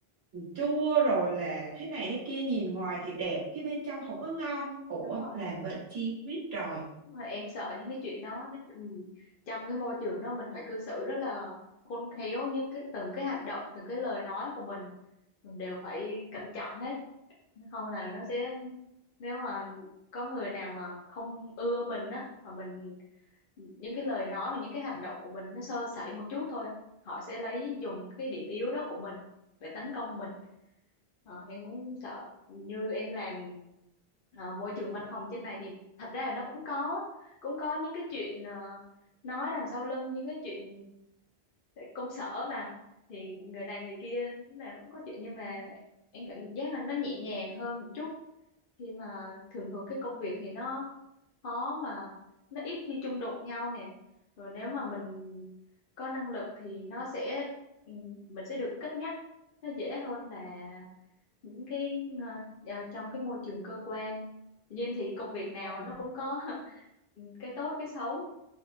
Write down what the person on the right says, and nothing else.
chua rồi là thế này thế kia nhìn ngoài thì đẹp chứ bên trong không có ngon ủa
làm vậy chi biết rồi
Ừ.